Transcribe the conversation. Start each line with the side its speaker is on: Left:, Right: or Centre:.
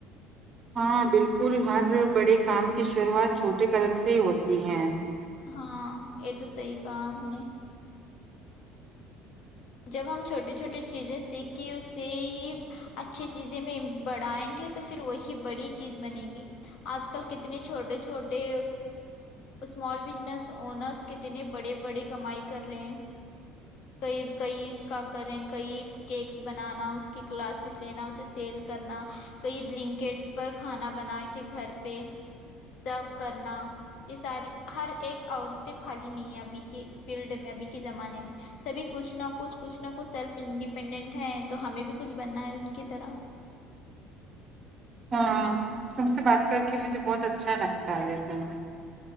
Right: ہاں بالکل ہر بڑے کام کی شروعات چھوٹے قدم سے ہی ہوتی ہے
Left: ہاں یہ تو صحیح کہا اپ نے جب ہم چھوٹے چھوٹے چیزیں سیکھ کے اس سے ہی اچھی چیزیں میں بڑھائیں گے تو پھر وہی بڑی چیز بنے گی آج کل کتنے چھوٹے چھوٹے اسمال بزنس انرس کتنے بڑے بڑے کمائی کر رہے ہیں تو یہ کئی اس کا کریں کئی کیکس بنانا اس کی کلاسسز لینا اسے سیل کرنا کئی بلنکٹس پر کھانا بنا کے گھر پہ جآب کرنا یہ ساری ہر ایک عورتیں خالی نہیں ہیں ابھی کے فیلڈ میں ابھی کے زمانے میں سبھی کچھ نہ کچھ کچھ نہ سیلف انڈیپینڈنٹ ہے تو ہمیں بھی کچھ بننا ہے ان کی طرح
Right: ہاں تم سے بات کر کے مجھے بہت اچھا لگتا ہے یہ سن